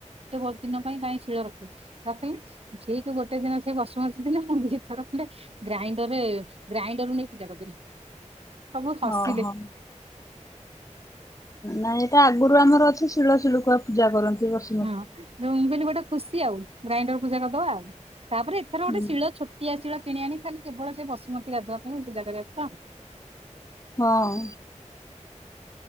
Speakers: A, on the right (about 50°); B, on the left (about 25°).
A: ଗୋଟେ ଦିନ ପାଇଁ କାଇଁ ଶିଳ ରଖିବ ତା ପାଇଁ ଠିକ ଗୋଟେ ଦିନ ସେ ବସୁମତୀ ଥିଲେ ମୁଁ ନି ଥର ହେଲେ ଗ୍ରାଇଣ୍ଡରରେ ଗ୍ରାଇଣ୍ଡରରୁୁ ନେଇ ପୂଜା କରିଦେବି ସବୁ ହସିଲେ।
B: ହଁ ହଁ ନାଇଁ ଏଟା ଆଗରୁ ଆମର ଅଛି ଶିଳ ଶିଳପୁଆ ପୂଜା କରନ୍ତି ବର୍ଷ-
A: ହଁ ମୁଁ ବୋଇଲିି ଗୋଟେ ଖୁସି ଆଉ ଗ୍ରାଇଣ୍ଡର ପୂଜା କରିଦବା ଆଉ ତାପରେ ଏଥର
B: ହୁଁ
A: ଗୋଟେ ଶିଳ ଛୋଟ। ଟିଆ ଶିଳ କିଣି ଆଣି ଖାଲି କେବଳ ସେ ବସୁମତୀ ଗାଧୁଆ ପାଇଁ ପୂଜା କରିବା କଥା
B: ହଁ